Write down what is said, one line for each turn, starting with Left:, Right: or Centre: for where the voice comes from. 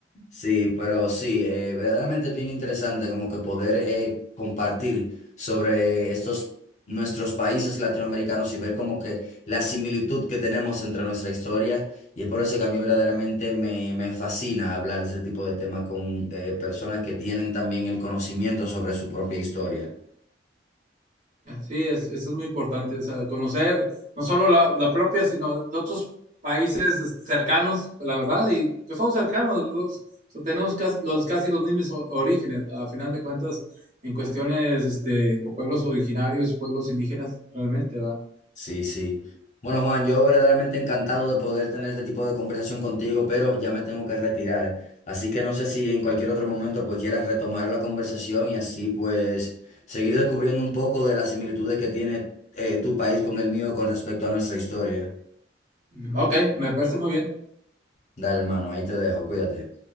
Left: Sí, pero sí, eh, verdaderamente es bien interesante como que poder eh, compartir sobre estos nuestros países latinoamericanos y ver como que la similitud que tenemos entre nuestra historia y es por eso que a mí verdaderamente me, me fascina hablar de ese tipo de temas con eh, personas que tienen también el conocimiento sobre su propia historia.
Right: Sí, es, eso es muy importante, o sea, conocer no solo la, la propia, sino de otros países cercanos, la verdad, y que son cercanos, los, o sea, tenemos casi los, casi los mismos o- orígenes, a final de cuentas, en cuestiones este, de pueblos originarios, pueblos indígenas, realmente, ¿verdad?
Left: Sí, sí. Bueno, Juan, yo verdaderamente encantado de poder tener este tipo de conversación contigo, pero ya me tengo que retirar. Así que no sé si en cualquier otro momento pues quieras retomar la conversación y así pues seguir descubriendo un poco de las similitudes que tiene eh, tu país con el mío con respecto a nuestra historia.
Right: Mm, Ok, me parece muy bien.
Left: Dale, hermano, ahí te dejo, cuídate.